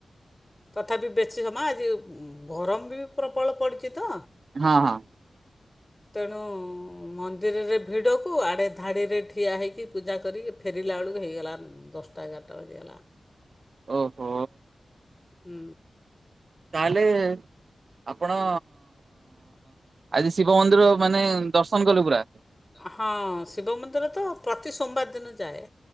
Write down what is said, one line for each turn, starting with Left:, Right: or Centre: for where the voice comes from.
Left: ତଥାପି ବେଶୀ ସମୟ ଆଜି ଗରମ ବି ପ୍ରବଳ ପଡ଼ି କିତ
Right: ହଁ ହଁ।
Left: ତେଣୁ ମନ୍ଦିରରେ ଭିଡ଼କୁ ଆଡ଼େ ଧାଡ଼ିରେ ଠିଆ ହୋଇଇକି ପୂଜା କରିକି ଫେରିଲା ବେଳକୁ ହେଇଗଲା ଦଶଟା ଏଗାରଟା ବାଜିଗଲା।
Right: ଓହୋ।
Left: ହୁଁ।
Right: ତାହେଲେ ଆପଣ ଆଜି ଶିବ ମନ୍ଦିର ମାନେ ଦର୍ଶନ କଲୁ ପୁରା।
Left: ହଁ ଶିବ ମନ୍ଦିର ତ ପ୍ରତି ସୋମବାର ଦିନ ଯାଏ।